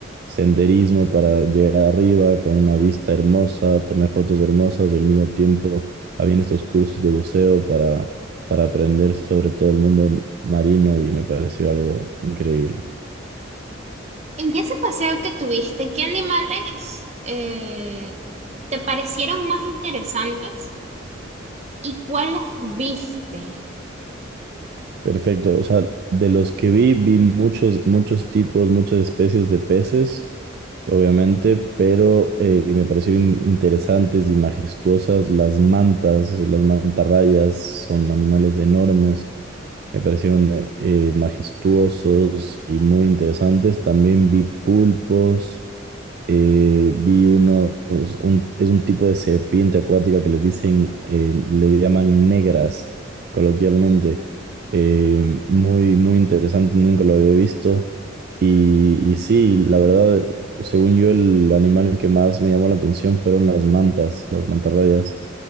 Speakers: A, on the right; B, on the right.
A: senderismo para llegar arriba con una vista hermosa, tomé fotos hermosas y al mismo tiempo había estos cursos de buceo para, para aprender sobre todo el mundo marino y me pareció algo increíble.
B: En ese paseo que tuviste, ¿qué animales eh, te parecieron más interesantes? ¿Y cuáles viste?
A: Perfecto. O sea, de los que vi, vi muchos, muchos tipos, muchas especies de peces, obviamente, pero eh, me parecieron interesantes y majestuosas las mantas, las mantarrayas, son animales enormes. Me parecieron eh, eh, majestuosos y muy interesantes. También vi pulpos, eh, vi unos, un- es un tipo de serpiente acuática que les dicen, eh, le llaman negras coloquialmente. Eh, muy, muy interesante, nunca lo había visto. Y, y sí, la verdad, según yo, el animal que más me llamó la atención fueron las mantas, las mantarrayas